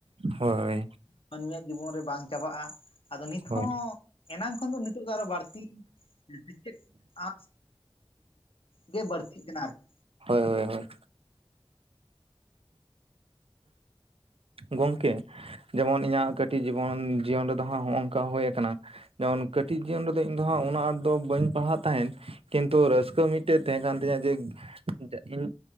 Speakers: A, on the right; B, on the left.
A: ᱦᱳᱭ
B: ᱢᱟᱹᱱᱢᱤᱭᱟᱜ ᱡᱤᱵᱚᱱ ᱨᱮ ᱵᱟᱝ ᱪᱟᱵᱟᱜᱼᱟ ᱟᱫᱚ ᱱᱤᱛ
A: ᱦᱳᱭ
B: ᱦᱚᱸ ᱮᱱᱟᱝ ᱠᱷᱚᱱ ᱫᱚ ᱱᱤᱛᱚᱜ ᱫᱚ ᱟᱨᱚ ᱵᱟᱹᱲᱛᱤ ᱮᱫ ᱟ ᱜᱮ ᱵᱟᱹᱲᱛᱤᱜ ᱠᱟᱱᱟ ᱟᱨᱠᱤ
A: ᱦᱳᱭ ᱦᱳᱭ ᱦᱳᱭ ᱜᱚᱝᱠᱮ ᱡᱮᱢᱚᱱ ᱤᱧᱟᱹᱜ ᱠᱟᱹᱴᱤᱡ ᱡᱤᱵᱚᱱ, ᱡᱤᱭᱚᱱ ᱨᱮᱫᱚ ᱦᱟᱸᱜ ᱦᱚᱸᱜ-ᱚᱝᱠᱟ ᱦᱩᱭ ᱟᱠᱟᱱᱟ ᱡᱮᱢᱚᱱ ᱠᱟᱹᱴᱤᱡ ᱡᱤᱭᱚᱱ ᱨᱮᱫᱚ ᱤᱧ ᱫᱚ ᱦᱟᱸᱜ ᱩᱱᱟᱹᱜ ᱟᱸᱴ ᱫᱚ ᱵᱟᱹᱧ ᱯᱟᱲᱦᱟᱜ ᱛᱟᱦᱮᱸᱫ ᱠᱤᱱᱛᱩ ᱨᱟᱹᱥᱠᱟᱹ ᱢᱤᱫ ᱢᱤᱫᱴᱮᱡ ᱛᱟᱦᱮᱸ ᱠᱟᱱ ᱛᱤᱧᱟᱹ ᱡᱮ ᱤᱧ